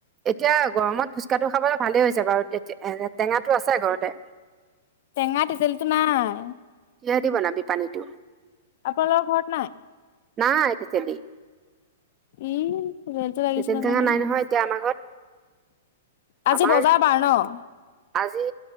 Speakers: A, on the right (about 25°); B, on the left (about 55°).
A: এতিয়া গৰমত ফুচকাহটো খাবলৈ ভালেই হৈছে বাৰু, তে-টেঙাটো আছে ঘৰতে।
B: টেঙা টেতেলিটো নাই।
A: কিহেদি বনাবি পানীটো?
B: আপোনালোকৰ ঘৰত নাই?
A: নাই টেতেলি।
B: ই। তেঁতেলীটো লাগিছিলে
A: তেতেলী টেঙা
B: নহয়।
A: নাই এতিয়া আমাৰ ঘৰত।
B: আজি
A: আমাৰ
B: বজাৰ বাৰ ন'?
A: আজি